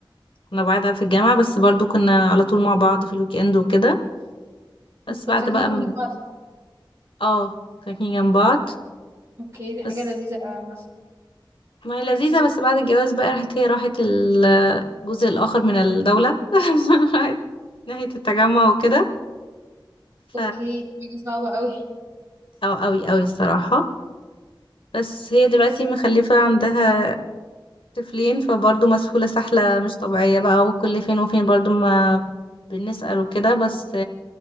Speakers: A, on the left (about 85°); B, on the right (about 30°).
A: كنا بعاد في الجامعة بس برضو كنا على طول مع بعض في الويكند وكده بس
B: انتوا كنتوا
A: بعد
B: ساكنين
A: بقى
B: جنب
A: من...
B: بعض صح؟
A: اه ساكنين جنب بعض
B: اوكي دي حاجة
A: بس
B: لذيذة أوي مثلا
A: ما هي لذيذة بس بعد الجواز بقى راحت هي راحت ال- الجزء الآخر من الدولة <laughs> راحت ناحية التجمع وكده ف
B: اوكي دي صعبة أوي
A: أو أوي أوي الصراحة بس هي دلوقتي مخلفة عندها طفلين فبرضه مسحولة سحلة مش طبيعية بقى وكل فين وفين برضه ما بنسأل وكده بس